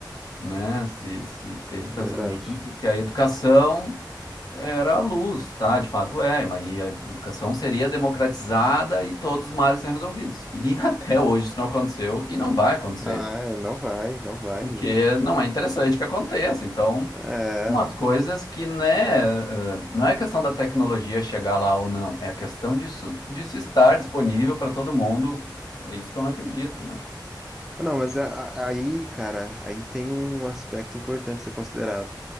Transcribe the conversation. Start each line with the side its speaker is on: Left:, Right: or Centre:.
Left: né, se, se teve o
Centre: Verdade.
Left: pensamento que a educação era a luz, tá? De fato é, mas e a educação seria democratizada e todos os males seriam resolvidos. E <laughs> até hoje isso não aconteceu e não vai acontecer,
Centre: Ah, é, não vai, não vai
Left: porque
Centre: mesmo.
Left: não é interessante que aconteça. Então,
Centre: É.
Left: Umas coisas que, né, eh, não é questão da tecnologia chegar lá ou não, é a questão disso, disso estar disponível para todo mundo. É isso que eu não acredito, né?
Centre: Não, mas a- a- aí, cara, aí tem um aspecto importante a ser considerado.